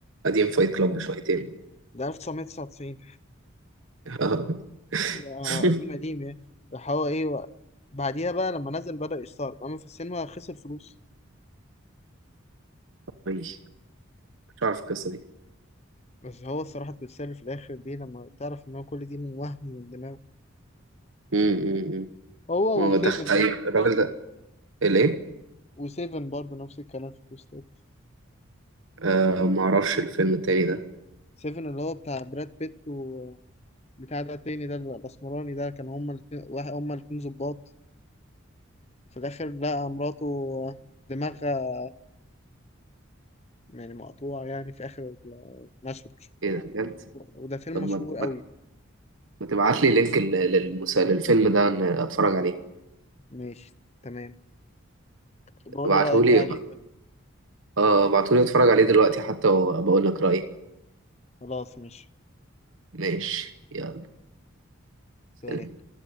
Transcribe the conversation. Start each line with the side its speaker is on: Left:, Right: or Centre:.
Right: قديم فايت كلاب شويتين
Left: ده 1999
Right: آه. <laughs>
Left: يا قديم قديم يعني راح هو ايه و... بعديها بقى لما نزل بدأ يستعرض اما في السينما خسر فلوس
Right: ماشي كنت عارف القصة دي
Left: بس هو الصراحة اتمثل في الآخر دي لما تعرف إن هو كل دي من وهم من دماغه
Right: مم، مم، مم.
Left: هو
Right: ما هو
Left: وسيفن
Right: تخيل
Left: برضه
Right: الراجل ده الايه
Left: وسيفن برضه نفس الكلام في التوستات
Right: آه ما اعرفش الفيلم التاني ده
Left: سيفن اللي هو بتاع براد بيت و بتاع ده التاني ده الأسمراني ده كان هما الاتنين واحد هما الاتنين ظباط في الآخر لقى مراته دماغها يعني مقطوعة يعني في آخر المشهد
Right: ايه ده بجد
Left: وده فيلم
Right: طب
Left: مشهور
Right: ما ما,
Left: أوي
Right: ما تبعت لي لينك لل- للمسا... للفيلم ده إن اتفرج عليه
Left: ماشي تمام بقول
Right: ابعته
Left: لي رأيك
Right: لي
Left: بقى عليك
Right: اه ابعته لي اتفرج عليه دلوقتي حتى وبقول لك رأيي
Left: خلاص ماشي
Right: ماشي يلا
Left: سلام
Right: سلام